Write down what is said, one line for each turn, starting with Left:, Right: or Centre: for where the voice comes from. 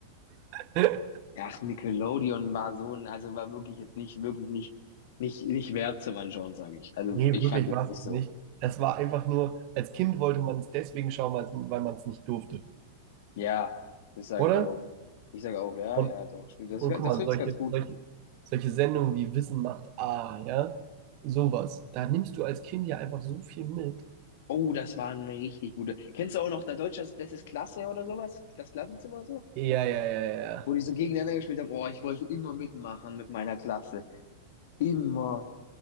Right: <laughs>
Left: Ach, Nickelodeon war so ein, also war wirklich jetzt nicht, wirklich nicht, nicht, nicht wert zum Anschauen, sage ich. Also
Right: Nee,
Left: ich
Right: wirklich
Left: fand jetzt
Right: war es
Left: nicht
Right: auch
Left: so.
Right: nicht. Es war einfach nur, als Kind wollte man es deswegen schauen, weil man es nicht durfte.
Left: Ja, das sage
Right: Oder?
Left: ich auch. Ich sage auch, ja,
Right: Und
Left: ja, doch, stimmt. Das,
Right: Und
Left: ist ga-
Right: guck
Left: das
Right: mal,
Left: trifft's
Right: solche,
Left: ganz gut.
Right: solche, solche Sendungen wie Wissen macht A, ja, sowas. Da nimmst du als Kind ja einfach so viel mit.
Left: Oh, das war eine richtig gute. Kennst du auch noch da Deutschlands Bestes Klasse oder sowas? Das Klassenzimmer so?
Right: Ja, ja, ja, ja. Ja,
Left: Wo die so gegeneinander gespielt haben. Oh, ich wollte immer mitmachen mit meiner Klasse. Immer.